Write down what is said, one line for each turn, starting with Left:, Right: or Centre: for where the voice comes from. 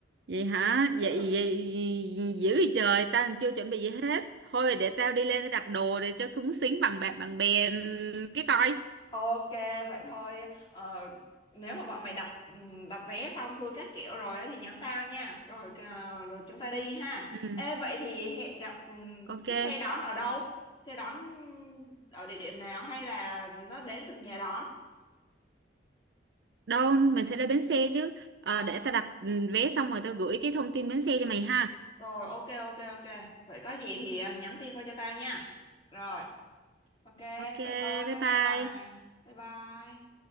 Right: Vậy hả?
Left: <laughs>
Right: Vậy, vậy dữ vậy trời, tao chưa chuẩn bị gì hết. Thôi để tao đi lên để đặt đồ để cho súng xính bằng bạn bằng bè cái coi.
Left: Ok, vậy thôi. Ờ, nếu mà bọn mày đặt ừm, đặt vé xong xuôi các kiểu rồi á thì nhắn tao nha. Rồi ờ, rồi chúng ta đi ha.
Right: Ừ,
Left: Ê vậy thì hẹn gặp ừm,
Right: ok.
Left: cái xe đón ở đâu? Xe đón ở địa điểm nào hay là nó đến từng nhà đón?
Right: đâu mình sẽ đến bến xe chứ Ờ,
Left: Ờ,
Right: để tao đặt ừ, vé xong rồi tao gửi cái thông tin bến xe cho mày ha
Left: rồi ok ok ok. Vậy có gì thì ờ, nhắn tin qua cho tao nha. Rồi, ok,
Right: ok
Left: vậy thôi. Bye
Right: bye
Left: bye
Right: bye
Left: mày. Bye bye.